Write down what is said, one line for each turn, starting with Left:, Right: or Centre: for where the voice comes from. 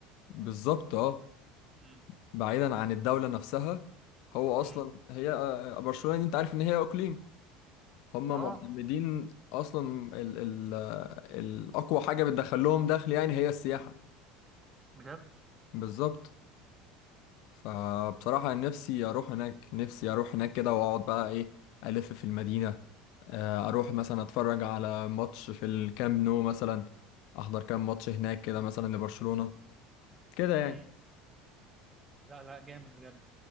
Left: بالظبط أه
Right: امم
Left: بعيدا عن الدولة نفسها هو
Right: مم.
Left: أصلا هي آه، آه، برشلونة دي أنت عارف إن هي إقليم هما
Right: اه
Left: معتمدين أصلا ال ال آه، الأقوى حاجة بتدخل لهم دخل يعني هي السياحة
Right: بجد
Left: بالظبط فبصراحة نفسي أروح هناك نفسي أروح هناك كده وأقعد بقى إيه ألف في المدينة آه، أروح مثلا أتفرج على ماتش في الكامب نو مثلا أحضر كام ماتش هناك كده مثلا لبرشلونة كده يعني
Right: امم لا لا جامد بجد